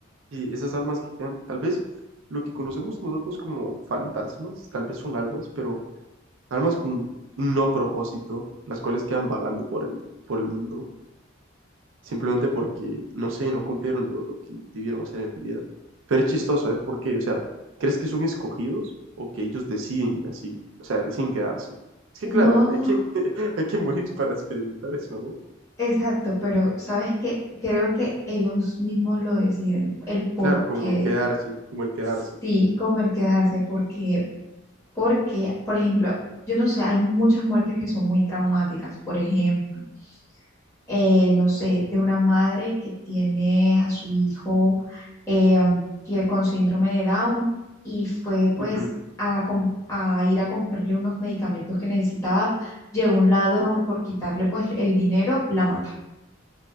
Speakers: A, on the right (about 75°); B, on the left (about 15°).
A: sí, esas almas que quedan, tal vez lo que conocemos nosotros como fantasmas, tal vez son almas, pero almas con no propósito, las cuales quedan vagando por el, por el mundo. simplemente porque, no sé, no cumplieron lo, lo que debieron hacer en vida. Pero es chistoso, ¿eh? ¿Por qué? O sea, ¿crees que son escogidos o que ellos deciden así? O sea, deciden quedarse. Es que
B: No,
A: claro, hay que, <laughs> hay que morir para experimentar eso, ¿no?
B: exacto, pero sabes que creo que ellos mismos lo deciden, el por
A: Claro, como
B: qué,
A: quedarse, como el quedarse.
B: sí, como el quedarse, porque Porque, por ejemplo, yo no sé, hay muchas muertes que son muy traumáticas. Por ejemplo, eh, no sé, de una madre que tiene a su hijo eh, que con síndrome de Down y fue pues
A: ¿no? Ujú,
B: a, com- a ir a comprarle unos medicamentos que necesitaba. Llegó un ladrón por quitarle pues el dinero, la mata.